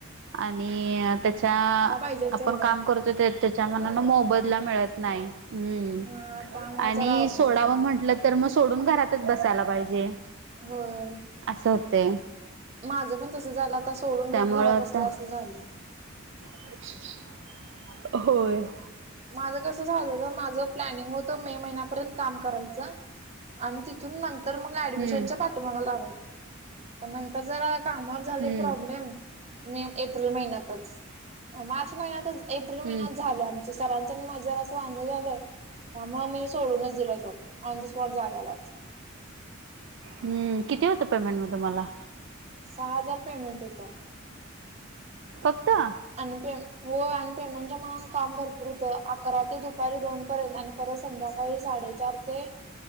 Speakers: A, on the right (about 60°); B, on the right (about 35°).
A: आणि त्या चा
B: पाहिजे
A: आपण
B: तेवढा
A: काम करतो ते त्याच्या मनाने मोबदला मिळत नाही. हम्म
B: हा त्यामुळे
A: आणि
B: जरा अवघड
A: सोडावं
B: होते
A: म्हटलं तर मग सोडून घरातच बसायला पाहिजे.
B: होय
A: असं होते.
B: माझं पण तसं झालं आता सोडून
A: त्यामुळं
B: गप घरात
A: आता
B: बसल्या असं झालं.
A: <unintelligible> होय.
B: माझं कसं झालेला माझं प्लॅनिंग होतं मे महिन्यापर्यंत काम करायचं आणि तिथून नं तर मग ऍडमिशनच्या
A: हम्म
B: पाठमागं लागायचं पण नंतर जरा कामावर झाले
A: हम्म
B: प्रॉब्लेम मे एप्रिल महिन्यातच मार्च महिन्यातच एप्रिल महिन्यात
A: हम्म
B: झाले आ चे सरांचं आणि माझं जरासं असं वांगल झालं. अ मी सोडूनच दिलो जॉब ऑन द स्पॉट जागालाच.
A: हम्म किती होतं पेमेंट म तुम्हाला?
B: सहा हजार पेमेंट होता.
A: फक्ता
B: आणि ते हो आणि पेमेंटचा मा काम भरपूर होतं अकरा ते दुपारी दोन पर्यंत आणि परत संध्याकाळी साडेचार ते